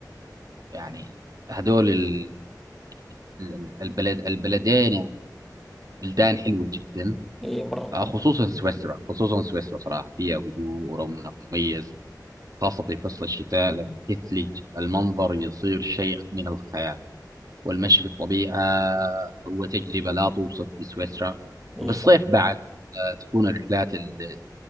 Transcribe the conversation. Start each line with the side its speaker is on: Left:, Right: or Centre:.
Right: يعني هذول ال... ال- البلد البلدين يعني بلدان حلوه جدا
Centre: هي مرة
Right: آه،
Centre: حلوة
Right: خصوصا سويسرا خصوصا سويسرا صراحة فيها هدوء ورونق مميز خاصة في فصل الشتاء لما تثلج المنظر يصير شيء من الخيال والمشي في الطبيعة هو تجربة لا توصف في سويسرا
Centre: هي
Right: وفي الصيف
Centre: صح
Right: بعد آه، تكون الرحلات ال-